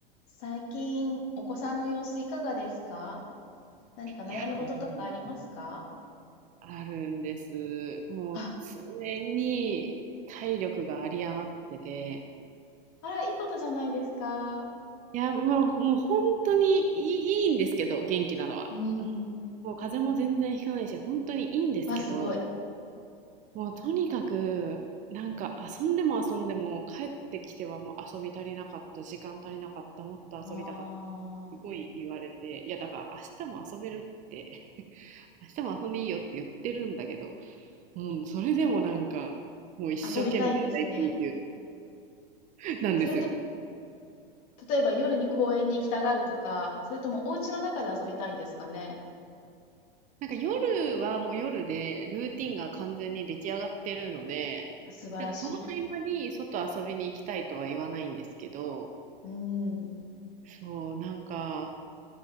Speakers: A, on the left; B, on the right.
A: 最近、お子さんの様子いかがですか何か悩み事とかありますか
B: いや、もうあるんです。もう常に体力が有り余ってて、
A: あ、あら、いいことじゃないですか。
B: いや、もう、もう本当にいい、いいんですけど、元気なのは。
A: うん。
B: もう風邪も全然ひかないし、本当にいいんですけど、
A: わ、すごい。
B: もうとにかく、なんか遊んでも遊んでも帰ってきてはもう遊び足りなかった、時間足りなかった、もっと遊びたかった。
A: あ
B: すごい言われて、いやだから明日も遊べるって <laughs> 明日も遊んでいいよって言ってるんだけど、うん、それでもなんか、もう一生懸命大号
A: あ、遊びたいんですね。
B: 泣 <laughs> なんですよ。
A: それと、例えば夜に公園に行きたがるとか、それともお家の中で遊びたいんですかね。
B: なんか夜はもう夜で、ルーティンが完全に出来上がってるので、
A: 素晴らしい。
B: なんかその合間に外遊びに行きたいとは言わないんですけど、
A: うん。
B: そう、なんか、